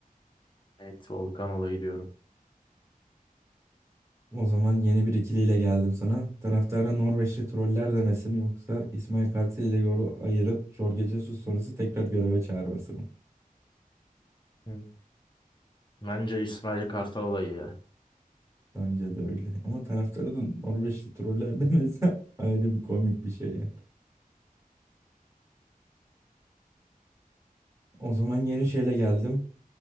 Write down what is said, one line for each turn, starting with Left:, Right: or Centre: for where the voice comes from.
Left: Evet Volkan olayı diyorum.
Right: O zaman yeni bir ikiliyle geldim sana. Taraftara Norveçli troller demesi mi yoksa İsmail Kartal ile yolu ayırıp Jorge Jesus sonrası tekrar göreve çağırması mı?
Left: Hı. Bence İsmail Kartal olayı ya.
Right: Bence de öyle. Ama taraftarı da Norveçli troller de <laughs> mesela ayrı bir komik bir şey yani. O zaman yeni şeyle geldim.